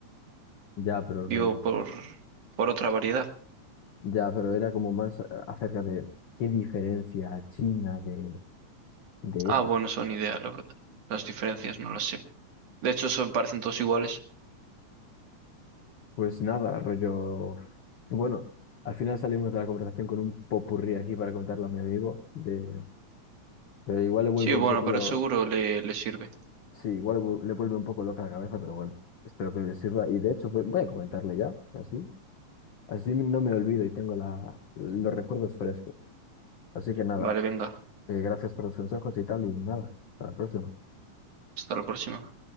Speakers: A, on the left; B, on the right.
A: Ya, pero
B: Digo,
A: rollo,
B: por, por otra variedad.
A: ya, pero era como más a- acerca de qué diferencia China de, de
B: Ah,
A: eso.
B: bueno, son ideas, la verdad. Las diferencias no las sé. De hecho, son, parecen todos iguales.
A: Pues nada, rollo. Bueno, al final salimos de la conversación con un popurrí aquí para contarlo a mi amigo. De... que igual le vuelve
B: Sí, bueno,
A: un poco
B: pero
A: lo.
B: seguro le, le sirve.
A: Sí, igual le vu- le vuelve un poco loca la cabeza, pero bueno, espero que le sirva. Y de hecho, voy voy a comentarle ya, así. Así no me olvido y tengo la... los recuerdos frescos. Así que nada,
B: Vale, venga.
A: eh, gracias por los consejos y tal, y nada, hasta la próxima.
B: Hasta la próxima.